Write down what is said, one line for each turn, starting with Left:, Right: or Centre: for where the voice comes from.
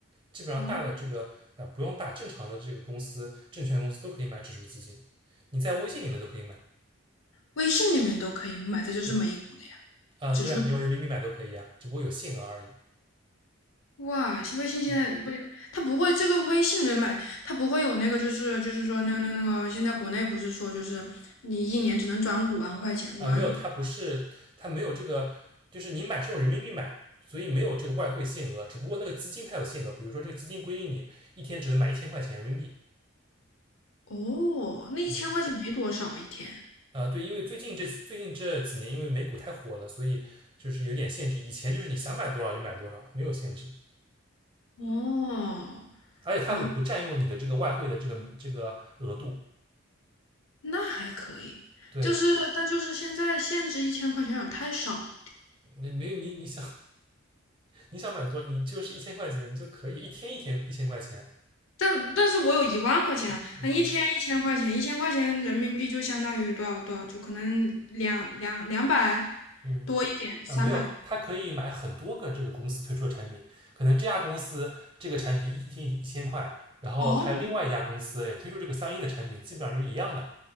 Right: 基本上大的这个呃不用大，
Left: 哦，
Right: 正常的这个公司、证券公司都可以买指数基金，你在微信里面都可以买。
Left: 微信里面都可以买的就是美股的呀，
Right: 对啊、呃对啊，
Left: 指数。
Right: 你用人民币买都可以啊，只不过有限额而已。
Left: 哇，微信现在微，
Right: 嗯
Left: 它不会这个微信里面买，它不会有那个，就是就是说那个那个那个，现在国内不是说就是你一年只能转五万块钱，五万
Right: 啊、呃没有，它不是它没有这个，就是你买是用人民币买，所以没有这个外汇限额，只不过那个基金它有限额，比如说这个基金规定你一天只能买一千块钱人民币。
Left: 哦，那一千块钱没多少一天
Right: 嗯。啊，对，因为最近这最近这几年，因为美股太火了，所以就是有点限制。以前就是你想买多少就买多少，没有限制，
Left: 哦
Right: 而且它也不占用你的这个外汇的这个这个额度。
Left: 哦，那还可以，
Right: 对，
Left: 就是但就是现在限制一千块钱有点太少了
Right: 你没有你你想你想买多，少，你就是一千块钱就可以一天一天一千块钱。
Left: 但但是我有一万块钱啊，
Right: 嗯
Left: 那一天一千块钱，一千块钱人民币就相当于多少多少，就可能两两两百
Right: 嗯啊，
Left: 多一点，三百块
Right: 没有，它可以买很多个这个公司推出的产品，可能这家公司这个产品一天一千块，然后还有另外一家公司也推出这个相应的产品，
Left: 哦
Right: 基本上就是一样的。